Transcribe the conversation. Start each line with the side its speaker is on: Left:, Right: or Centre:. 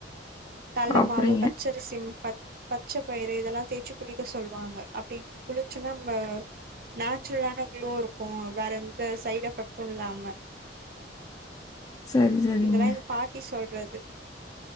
Right: கல்ல
Left: அப்படிங்க.
Right: மாவு பச்சரிசி பச் பச்ச பயிறு இதெல்லா தேச்சி குளிக்க சொல்வாங்க அப்டி குளிச்சு நம்ப நேச்சுரலான குளோ இருக்கு வேற எந்த சைட் எஃபெக்ட்டு இல்லாம
Left: சரி, சரிங்க.
Right: இதெலா எங்க பாட்டி சொல்றது